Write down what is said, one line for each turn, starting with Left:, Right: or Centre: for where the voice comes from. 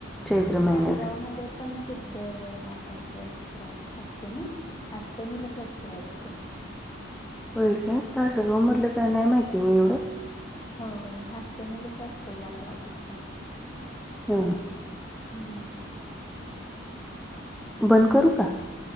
Centre: चैत्र महिन्यात
Left: तासगाव मध्ये पण सिद्ध नाथची असस्त्र असते ना, अष्टमीलाच असते वाटतं.
Centre: होय काय? तासगाव मधलं
Left: ह
Centre: काय नाही माहिती हो एवढं.
Left: होय अष्टमीलच असते यात्रा त पण.
Centre: हो
Left: हं
Centre: बंद करू का?